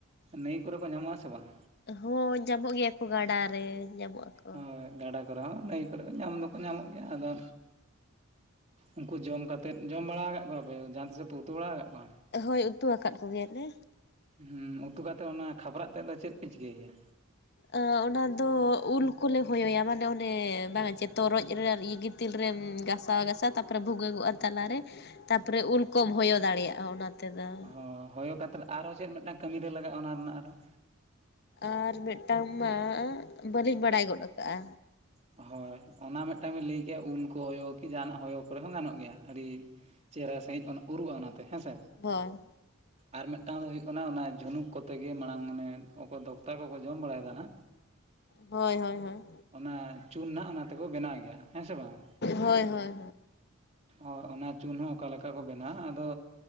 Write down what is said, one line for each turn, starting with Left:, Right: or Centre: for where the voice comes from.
Right: ᱱᱟᱹᱭ ᱠᱚᱨᱮ ᱠᱚ ᱧᱟᱢᱚᱜᱼᱟ ᱥᱮ ᱵᱟᱝ?
Left: ᱦᱳᱭ ᱧᱟᱢᱚᱜ ᱜᱮᱭᱟ ᱠᱚ ᱜᱟᱰᱟ ᱨᱮ ᱧᱟᱢᱚᱜ ᱟᱠᱚ᱾
Right: ᱦᱳᱭ ᱜᱟᱰᱟ ᱠᱚᱨᱮ ᱦᱚᱸ ᱱᱟᱹᱭ ᱠᱚᱨᱮ ᱦᱚᱸ ᱧᱟᱢ ᱫᱚᱠᱚ ᱧᱟᱢᱚᱜ ᱜᱮᱭᱟ, ᱟᱫᱚ ᱩᱱᱠᱩ ᱡᱚᱢ ᱠᱟᱛᱫ ᱡᱚᱢ ᱵᱟᱲᱟ ᱠᱟᱜ ᱠᱚᱣᱟᱯᱮ ᱡᱟᱸᱦᱟ ᱛᱤᱥᱚᱜ ᱯᱮ ᱩᱛᱩ ᱵᱟᱲᱟ ᱠᱟᱜ ᱠᱚᱣᱟ?
Left: ᱦᱳᱭ ᱩᱛᱩ ᱟᱠᱟᱫ ᱠᱚᱜᱮᱭᱟᱞᱮ᱾
Right: ᱦᱮᱸ ᱩᱛᱩ ᱠᱟᱛᱮᱫ ᱚᱱᱟ ᱠᱷᱟᱯᱨᱟᱜ ᱛᱮᱫ ᱫᱚ ᱪᱮᱫ ᱯᱮ ᱪᱤᱠᱟᱹᱭ ᱜᱮᱭᱟ?
Left: ᱟ ᱚᱱᱟ ᱫᱚ ᱩᱞ ᱠᱚᱞᱮ ᱦᱚᱭᱚᱭᱟ ᱢᱟᱱᱮ ᱚᱱᱮ ᱵᱟᱝᱟ ᱡᱮ ᱛᱚᱨᱚᱡ‌ ᱨᱮ ᱟᱨ ᱤᱭᱟᱹ ᱜᱤᱛᱤᱞ ᱨᱮᱢ ᱜᱷᱟᱥᱟᱣ ᱜᱟᱥᱟᱣ ᱛᱟᱯᱚᱨᱮ ᱵᱷᱩᱜᱟᱹᱜᱚᱜᱼᱟ ᱛᱟᱞᱟ ᱨᱮ ᱛᱟᱯᱚᱨᱮ ᱩᱞ ᱠᱚᱢ ᱦᱚᱭᱚ ᱫᱟᱲᱮᱭᱟᱜᱼᱟ ᱚᱱᱟ ᱛᱮᱫᱚ
Right: ᱦ ᱦᱚᱭᱚ ᱠᱟᱛᱮᱫ ᱟᱨᱦᱚᱸ ᱪᱮᱫ ᱢᱤᱫᱴᱟᱝ ᱠᱟᱹᱢᱤ ᱨᱮ ᱞᱟᱜᱟᱜᱼᱟ ᱚᱱᱟ ᱨᱮᱱᱟᱜ ᱟᱨᱚᱸ
Left: ᱟᱨ ᱢᱤᱫᱴᱟᱝ ᱢᱟ ᱵᱟᱹᱞᱤᱧ ᱵᱟᱲᱟᱭ ᱜᱚᱫ ᱟᱠᱟᱜᱼᱟ᱾
Right: ᱦᱳᱭ ᱚᱱᱟ ᱢᱤᱫᱴᱟᱱ ᱵᱤᱱ ᱞᱟᱹᱭ ᱠᱮᱜᱼᱟ ᱩᱞ ᱠᱚ ᱦᱚᱭᱚ ᱠᱤ ᱡᱟᱦᱟᱱᱟᱜ ᱦᱚᱭᱚ ᱠᱚᱨᱮ ᱦᱚᱸ ᱜᱟᱱᱚᱜ ᱜᱮᱭᱟ, ᱟᱹᱰᱤ ᱪᱮᱦᱨᱟ ᱥᱟᱺᱦᱤᱡ ᱚᱱᱟ ᱩᱨᱩᱜᱼᱟ ᱚᱱᱟᱛᱮ ᱦᱮᱸᱥᱮ᱾
Left: ᱦᱳᱭ
Right: ᱟᱨ ᱢᱤᱫᱴᱟᱝ ᱫᱚ ᱦᱩᱭᱩᱜ ᱠᱟᱱᱟ ᱚᱱᱟ ᱡᱷᱩᱱᱩᱠ ᱠᱚᱛᱮ ᱜᱮ ᱢᱟᱲᱟᱝ ᱚᱱᱮ ᱚᱠᱚᱭ ᱫᱚᱠᱛᱟ ᱠᱚᱠᱚ ᱡᱚᱢ ᱵᱟᱲᱟᱭ ᱛᱟᱸᱦᱮᱱᱟ
Left: ᱦᱳᱭ ᱦᱳᱭ ᱦᱳᱭ᱾
Right: ᱚᱱᱟ ᱪᱩᱱ ᱱᱟᱸᱜ ᱚᱱᱟ ᱛᱮᱠᱚ ᱵᱮᱱᱟᱣ ᱜᱮᱭᱟ ᱦᱮᱸᱥᱮ ᱵᱟᱝ?
Left: ᱦᱳᱭ ᱦᱳᱭ
Right: ᱟᱨ ᱚᱱᱟ ᱪᱩᱱ ᱦᱚᱸ ᱚᱠᱟ ᱞᱮᱠᱟ ᱠᱚ ᱵᱮᱱᱟᱣ ᱟᱫᱚ